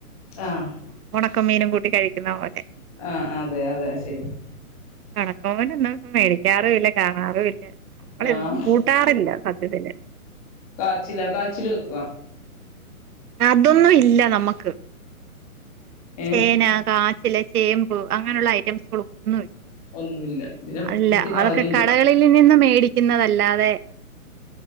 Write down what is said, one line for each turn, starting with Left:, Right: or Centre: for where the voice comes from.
Left: ആഹ്
Right: ണക്ക മീനും കൂട്ടി കഴിക്കുന്ന പോലെ
Left: ആഹ് അതെ അതെ ശരി.
Right: <unintelligible> മേടിക്കാറുമില്ല കാണാറുമില്ല. നമ്മള്
Left: ആഹ്
Right: ഇതൊന്നും കൂട്ടാറില്ല സത്യത്തില്.
Left: കാച്ചിലാ കാച്ചില് വെക്കുവാ?
Right: അതൊന്നും ഇല്ല നമ്മക്ക്.
Left: ഏഹ്
Right: ചേനാ, കാ ച്ചില്, ചേമ്പ് അങ്ങനെയുള്ള ഐറ്റംസുകള് ഒന്നും ഇല്ല.
Left: ഒന്നുല്ല പിന്നെ പറഞ്ഞിട്ട്
Right: അല്ല
Left: കാര്യല്ല
Right: അതൊക്കെ കടകളിൽ നിന്നും മേടിക്കുന്നതല്ലാതെ